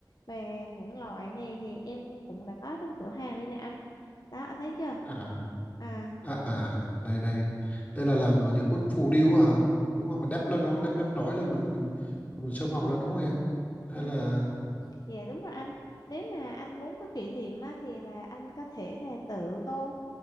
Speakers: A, on the left; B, on the left.
A: về những loại này thì em cũng đã có trong cửa hàng đây nè anh đó anh thấy chưa
B: à
A: à
B: à à đây đây đây là làm những bức phù điêu hả đúng không mình đắp lên nó đắp đắp nổi lên mình mình mình sơn màu lên đúng không em hay
A: ừ.
B: là
A: Dạ đúng rồi anh. Nếu mà anh muốn có kỷ niệm á, thì là anh có thể là tự tô.